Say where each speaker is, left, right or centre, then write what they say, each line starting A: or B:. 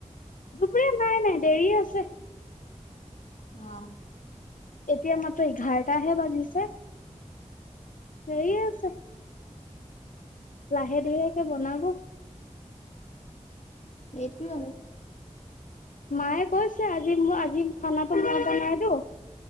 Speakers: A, on the left; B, on the left.
A: দুুপুৰীয়া নাই নাই দেৰিয়ে হৈছে।
B: অ'।
A: এতিয়া মাত্ৰ এঘাৰটাহে বাজিছে, দেৰি আছে। লাহে ধিয়েকে বনাব।
B: এইটো আৰু।
A: মায়ে কৈছে আজি মোৰ আজি খানাটো মই বনাই দিও,